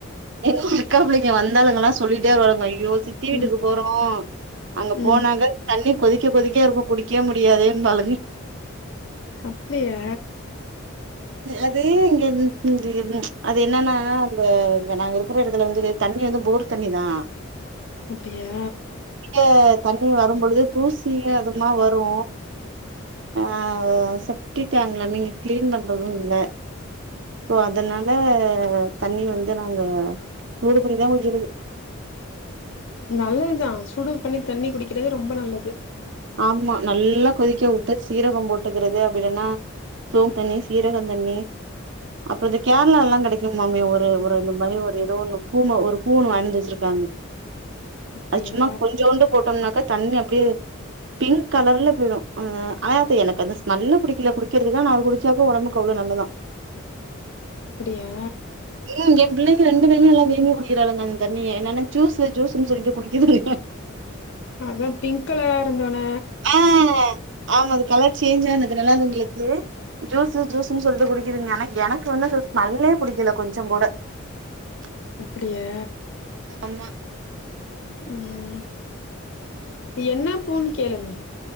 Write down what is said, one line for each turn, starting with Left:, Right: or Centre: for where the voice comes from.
Right: எங்க அக்கா புள்ளைங்க வந்தாளுங்கல்லா சொல்லிட்டே வருவாளுங்க ஐயோ சித்தி வீட்டுக்கு
Left: ம்
Right: போறோ அங்க
Left: ம்
Right: போனாக்க தண்ணி கொதிக்க கொதிக்க இருக்கு குடிக்கே முடியாதேன் பாளுங்க
Left: அப்டியா
Right: அது இங்க இது அது என்னன்னா அந்த ப்ப நாங்க இருக்ற எடத்துல வந்து தண்ணி வந்து போர் தண்ணி தா
Left: அப்டியா
Right: ஆ தண்ணி வரும் பொழுதே தூசியு அதுமா வரு ஆ செப்டிடேங்ல்லாமே இங்க கிளீன் பண்றது இல்ல ஸோ அதனால தண்ணி வந்து நாங்க சூடு பண்ணிதா குடிக்கிறது
Left: நல்லது தான் சுடு பண்ணி தண்ணி குடிக்கறது ரொம்ப நல்லது
Right: ஆமா நல்லா கொதிக்க விட்டு சீரகம் போ ட்டுக்கிறது அப்டி இல்லனா சோம்பு தண்ணி, சீரக தண்ணி அப்றோ இந்த கேரளா எல்லா கெடைக்குன் மாமே ஒரு ஒரு இந்த மாரி ஒரு எதோ ஒண்ணு பூமை ஒரு பூன்னு வாங்கிந்து வெச்சிருக்காங்க
Left: அப்டியா
Right: அது சும்மா கொஞ்சோண்டு போட்டோம்னாக்க தண்ணி அப்டியே பிங்க் கலர்ல போயிடு அ ஆனா அது எனக்கு அந்த ஸ்மெல்லு புடிக்கல குடிக்கிறதுதா நா குடி ச்சாக்கு ஒடம்புக்கு அவ்ளோ நல்லதா
Left: அப்டியா
Right: ஏங்க என் பிள்ளைங்க ரெண்டு பேருமே நல்லா விரும்பி குடிக்கிறாளுங்க அந்த தண்ணிய என்னனா ஜூஸ் ஜூஸ்ன்னு சொல்லிட்டு குடிக்குதுங்க <inaudible>
Left: அதா பிங்க் கலரா இருந்தொன்ன
Right: ஆ ஆமா அது கலர் சேஞ்ச் ஆனதுல அதுங்களுக்கு ஜூஸ் ஜூஸ்ன்னு சொல்லிட்டு குடிக்குதுங்க ஆனா எனக்கு வந்து அந்த ஸ்மெல்லே புடிக்கல கொஞ்சங் கூட <inaudible>
Left: அப்படியா
Right: ஆமா
Left: ம் என்ன பூன்னு கேளுங்க